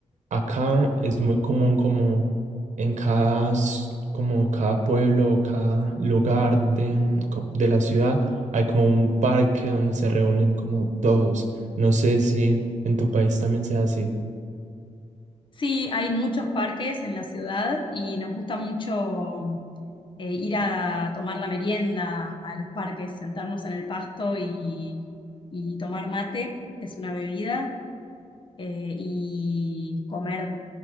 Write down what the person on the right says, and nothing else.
acá es muy común como en cada, s- como cada pueblo o cada lugar de, co- de la ciudad, hay como un parque donde se reúnen como todos. No sé si en tu país también sea así.